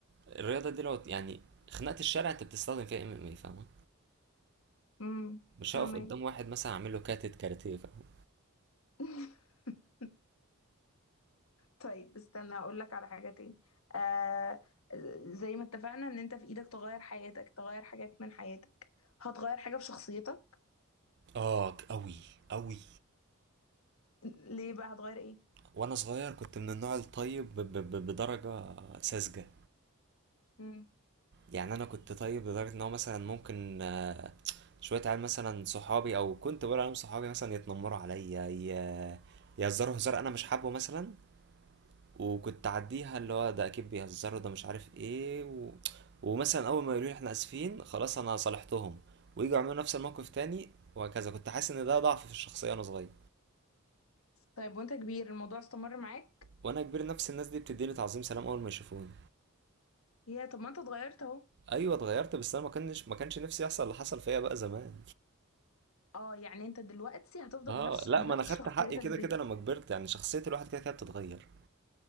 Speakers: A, on the right (about 50°); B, on the left (about 75°).
A: الرياضة دي لو يعني خناقة الشارع أنت بتستخدم فيها MMA فاهمة
B: امم
A: مش
B: فاهمك
A: هقف قدام واحد مثلا أعمل له كاتت كاراتيه فاهمة
B: <laughs> طيب استنى اقول لك على حاجة تاني آه زي ما اتفقنا ان انت في ايدك تغير حياتك تغير حاجات من حياتك هتغير حاجة في شخصيتك
A: اه أوي أوي
B: ليه بقى هتغير ايه
A: وأنا صغير كنت من النوع الطيب ب- ب- ب- بدرجة ساذجة
B: امم
A: يعني انا كنت طيب لدرجه ان هو مثلا ممكن آه، شويه عيال مثلا صحابي او كنت بقول عليهم صحابي مثلا يتنمروا عليا ي- يهزروا هزار انا مش حابه مثلا وكنت اعديها اللي هو ده اكيد بيهزروا ده مش عارف ايه و... ومثلا اول ما يقولوا لي احنا اسفين خلاص انا صالحتهم ويجوا يعملوا نفس الموقف تاني وهكذا كنت حاسس ان ده ضعف في الشخصيه وانا صغير
B: طيب وانت كبير الموضوع استمر معاك
A: وانا كبير نفس الناس دي بتديني تعظيم سلام اول ما يشوفوني
B: يا طب ما انت اتغيرت اهو
A: ايوه اتغيرت بس انا ما كانش ما كانش نفسي يحصل اللي حصل فيا بقى زمان
B: اه يعني انت دلوقتي هتفضل
A: اه
B: بنفس
A: لا
B: بنفس
A: ما انا خدت
B: شخصيتك
A: حقي كده
B: دي
A: كده لما كبرت يعني شخصية الواحد كده كده بتتغير